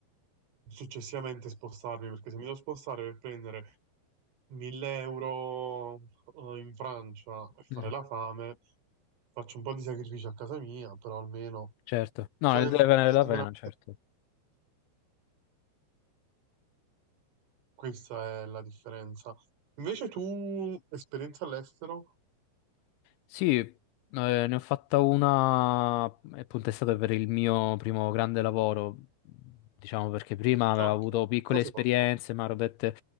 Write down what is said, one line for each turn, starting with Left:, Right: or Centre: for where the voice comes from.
Right: successivamente spostarmi, perché se mi devo spostare per prendere 1000 euro eh, in Francia e fare
Left: Mhm.
Right: la
Left: <clears throat>
Right: fame, faccio un po' di sacrifici a casa mia, però almeno
Left: Certo. No,
Right: so
Left: ne
Right: che
Left: deve valere la
Right: sicuramente
Left: pena, certo.
Right: questa è la differenza. Invece tu, esperienza all'estero?
Left: Sì, eh, ne ho fatta una, appunto è stato per il mio primo grande lavoro, diciamo perché prima avevo
Right: Ah,
Left: avuto
Right: ok,
Left: piccole
Right: cosa
Left: esperienze,
Right: hai fatto?
Left: ma ero, dette-